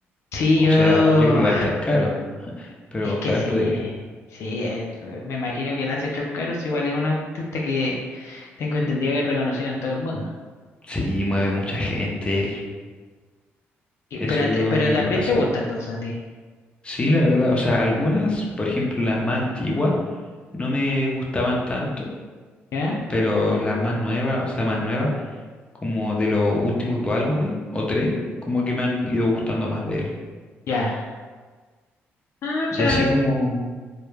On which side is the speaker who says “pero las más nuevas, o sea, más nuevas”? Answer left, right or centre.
Left